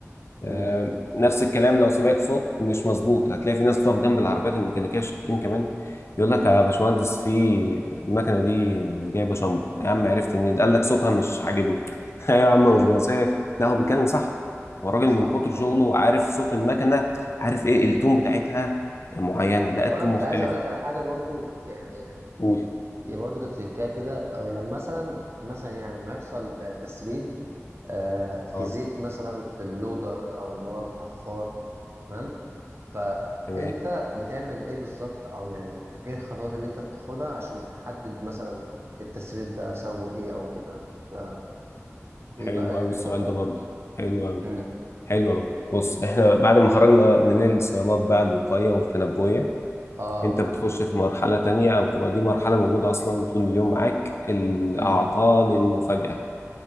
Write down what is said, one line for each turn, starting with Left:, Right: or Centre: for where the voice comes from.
Left: آه،
Right: مم. مم.
Left: نفس الكلام لو سمعت صوت مش مظبوط هتلاقي في ناس بتقف جنب العربيات الميكانيكيه الشاطرين كمان يقول
Right: مم.
Left: لك يا
Right: مم.
Left: باشمهندس في المكنه دي جايبه شمبر يا عم عرفت منين قال لك صوتها مش عاجبني <laughs> ايوه يا عم
Right: اه
Left: مش مزاجك
Right: اه
Left: لا هو بيتكلم صح هو الراجل
Right: صح
Left: من كتر
Right: ايوه
Left: شغله عارف صوت المكنه عارف ايه
Right: مم.
Left: التون بتاعتها معينه
Right: مم.
Left: لا
Right: طب
Left: التون
Right: انا كنت
Left: مختلفه
Right: عايز اقول لك على حاجة برضو يعني
Left: قول
Right: هي برضو كانت تريكايه كده آه، لما مثلا مثلا يعني لما يحصل آه، تسريب آه، في
Left: اه
Right: زيت مثلا في اللودر او اللي هو الحفار تمام فانت
Left: تمام
Right: بتعمل ايه بالظبط او يعني ايه الخطوات اللي انت بتاخدها عشان تحدد مثلا التسريب ده سببه ايه او كده ف-
Left: حلو
Right: ايه بقى
Left: قوي
Right: الخطوات
Left: السؤال
Right: بتاعتك
Left: ده برضه حلو قوي
Right: امم
Left: حلو قوي بص احنا بعد ما
Right: امم
Left: خرجنا من الصيانات بقى الوقايه والتنبؤيه
Right: اه
Left: انت بتخش في مرحلة تانية او بتبقى دي مرحلة موجودة اصلا طول اليوم معاك الاعطال
Right: امم
Left: المفاجئة